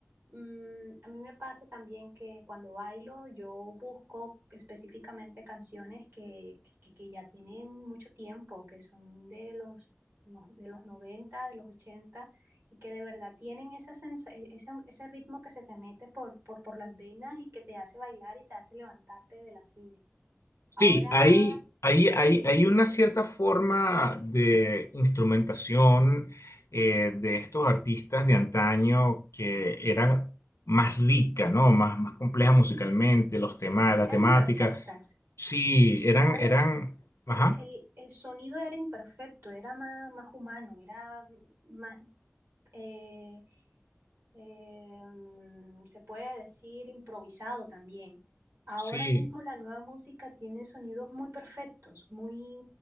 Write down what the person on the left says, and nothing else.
Sí,
hay, hay, hay,
hay una cierta forma de instrumentación eh, de estos artistas de antaño que era más rica, ¿no? Más, más compleja musicalmente, los temas, la
temática.
Sí, eran,
eran,
ajá,
sí.